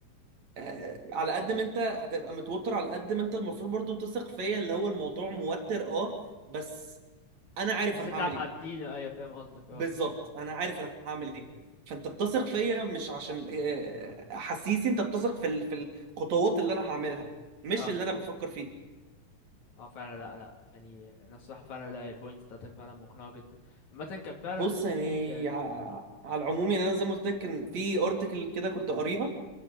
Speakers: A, on the right (about 65°); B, on the left (about 70°).
A: آه، على قد ما انت هتبقى متوتر على قد ما انت المفروض برضو تثق فيا اللي هو الموضوع موتر اه بس انا عارف
B: بس
A: انا
B: انت
A: هعمل
B: هتعدينا
A: ايه
B: ايوه فاهم قصدك اه
A: بالظبط انا عارف انا هعمل ايه فانت بتثق فيا مش عشان آه، احاسيسي انت بتثق في ال- في الخطوات اللي انا هعملها مش
B: اه
A: اللي انا بفكر فيه
B: اه فعلا لا لا يعني انا الصراحه فعلا لا البوينت بتاعتك فعلا مقنعه جدا عامه كان فعلا
A: بص يعني
B: في آه،
A: ع- على
B: مم.
A: العموم يعني انا زي ما قلت لك كان في ارتكل كده كنت قاريها